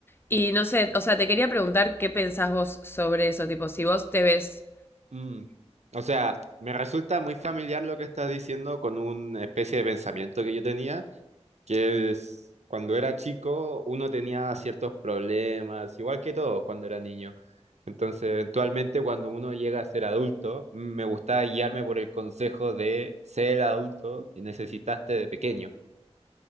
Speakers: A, on the left (about 20°); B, on the right (about 80°).
A: Y no sé, o sea, te quería preguntar qué pensás vos sobre eso, tipo, si vos te ves.
B: Mm. O sea, me resulta muy familiar lo que estás diciendo con una especie de pensamiento que yo tenía, que es cuando era chico uno tenía ciertos problemas, igual que todos cuando era niño. Entonces, eventualmente cuando uno llega a ser adulto, me gusta guiarme por el consejo de ser el adulto que necesitaste de pequeño.